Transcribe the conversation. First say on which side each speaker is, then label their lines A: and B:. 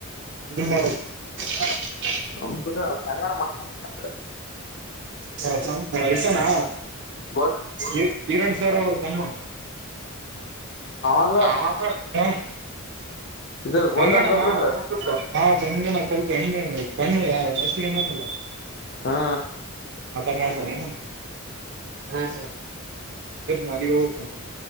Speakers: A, on the right (about 55°); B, on the left (about 50°).
A: ಮಾಡ <unintelligible> <inaudible>
B: ಕಂಪುಟ ಎಂಗಾದರುಮಾಡಕೂಂಡ <unintelligible>
A: ಹ ಅಳ್ಸನಾ
B: ಗೋಲ್ಡ್
A: ಈ ಕಿರಣ್ ಸರ್ ಅವ್ರ ತಮ್ಮ
B: ಅಲ್ಲ
A: ಹ ಹ
B: ಇದು ಗೋಲ್ಡನ್
A: ಸಂಗಣನಾ
B: ಕಂಪ್ಯೂಟರ್
A: ಹಾ ಕ್ಣಣ ಸ್ವಲ್ಪ ಎಣ್ಣ ಕಣ್ಣ ಯ <unintelligible>
B: ಹಾ
A: ಮಾಡತ್ತನನ ಹ್ಮ ಹ್ಮ ಹೂತನ ಅಲ್ಲಿಗ ಹೂತನಿ